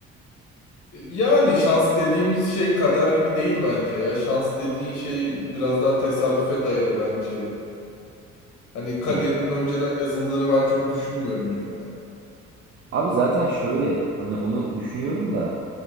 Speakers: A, on the left; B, on the right.
A: Yani şans dediğimiz şey kader gibi değil bence ya. Şans dediğin şey biraz daha tesadüfe dayalı bence. Hani kaderinin
B: Hı.
A: önceden yazıldığını ben çok düşünmüyorum yani.
B: Abi zaten şöyle hani onu düşünüyorum da